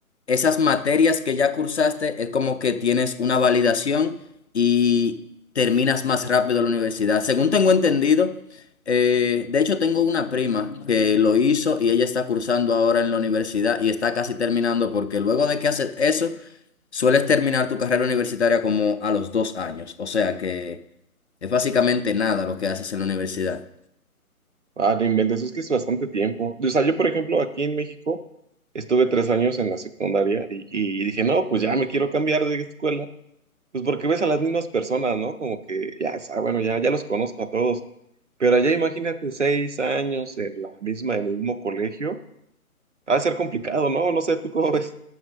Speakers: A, on the left (about 50°); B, on the right (about 55°).
A: esas materias que ya cursaste es como que tienes una validación y terminas más rápido la universidad. Según tengo entendido, eh, de hecho tengo una prima que lo hizo y ella está cursando ahora en la universidad y está casi terminando porque luego de que haces eso, Sueles terminar tu carrera universitaria como a los dos años, o sea que es básicamente nada lo que haces en la universidad.
B: Ah, no inventes, es que es bastante tiempo. O sea, yo, por ejemplo, aquí en México estuve tres años en la secundaria y, y dije, no, pues ya me quiero cambiar de escuela. Pues porque ves a las mismas personas, ¿no? Como que ya, sa- bueno, ya, ya los conozco a todos. Pero allá imagínate seis años en la misma, en el mismo colegio. Va a ser complicado, ¿no? No sé, ¿tú cómo ves?